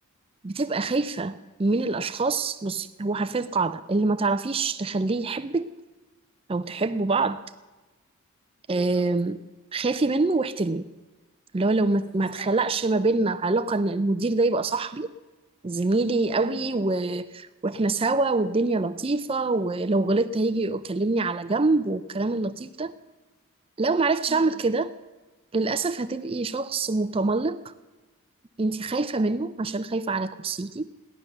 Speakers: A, on the right (about 25°); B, on the left (about 60°).
A: بتبقى خايفة من الأشخاص بصي هو حرفيا قاعدة اللي ما تعرفيش تخليه يحبك أو تحبوا بعض
B: بالظبط
A: آم، خافي منه واحترميه اللي هو لو
B: بالظبط
A: ما ما تخلقش
B: اي
A: ما بيننا علاقة إن المدير ده يبقى صاحبي زميلي قوي
B: امم
A: و... واحنا سوا والدنيا لطيفة ولو غلطت هيجي يكلمني على جنب والكلام اللطيف ده لو معرفتش
B: امم
A: أعمل كده للأسف هتبقي شخص متملق انت خايفة منه عشان خايفة على كرسيكي